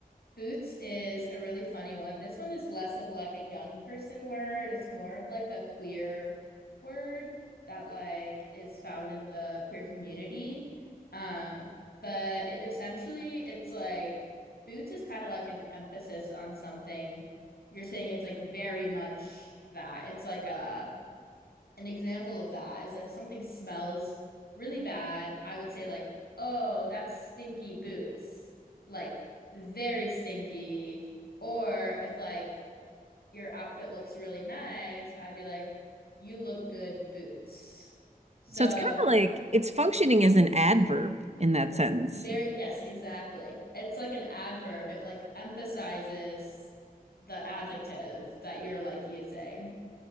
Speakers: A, on the left; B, on the right.
A: Boots is a really funny one. This one is less of like a young person word. It's more of like a queer word that like is found in the queer community. Um, but it essentially it's like boots is kind of like an emphasis on something. You're saying it's like very much that. It's like a an example of that is if something smells really bad, I would say like, "Oh, that's stinky boots." Like very stinky. Or if like your outfit looks really nice, I'd be like, "You look good, boots." So,
B: So it's kind of like it's functioning as an adverb in that sentence.
A: there yes, exactly. It's like an adverb. It like emphasizes the adjective that you're like using. <laughs>